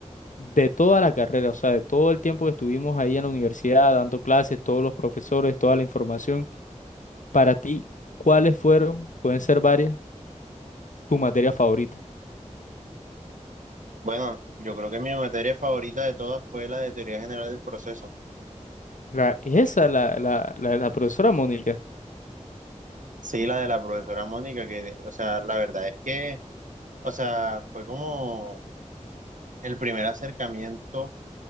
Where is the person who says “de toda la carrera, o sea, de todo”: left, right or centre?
Left